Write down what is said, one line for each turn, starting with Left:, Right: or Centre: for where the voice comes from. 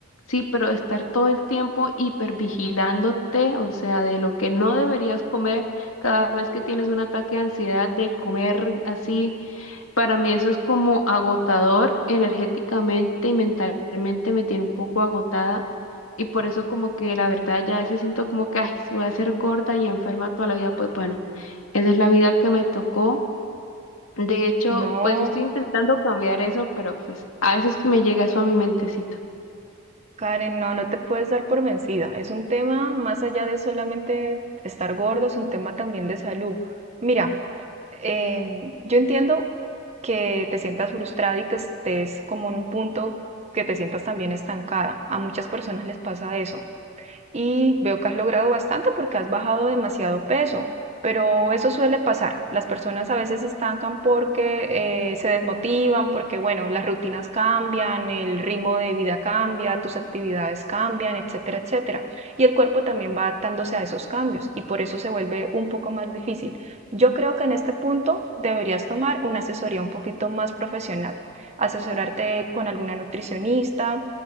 Left: Sí, pero estar todo el tiempo hipervigilándote, o sea, de lo que no deberías comer cada vez que tienes un ataque de ansiedad de comer así, para mí eso es como agotador energéticamente y mentalmente me tiene un poco agotada. Y por eso como que la verdad ya a veces siento como que, ay, si voy a ser gorda y enferma toda la vida, pues bueno, esa es la vida que me tocó. De hecho,
Right: No,
Left: pues yo estoy intentando cambiar eso, pero pues a veces me llega eso a mi mentecita.
Right: Karen, no, no te puedes dar por vencida. Es un tema más allá de solamente estar gordo, es un tema también de salud. Mira, em, yo entiendo que te sientas frustrada y que estés como en un punto que te sientas también estancada. A muchas personas les pasa eso y veo que has logrado bastante porque has bajado demasiado peso, pero eso suele pasar. Las personas a veces se estancan porque eh, se desmotivan, porque bueno, las rutinas cambian, el ritmo de vida cambia, tus actividades cambian, etcétera, etcétera. Y el cuerpo también va adaptándose a esos cambios y por eso se vuelve un poco más difícil. Yo creo que en este punto deberías tomar una asesoría un poquito más profesional, asesorarte con alguna nutricionista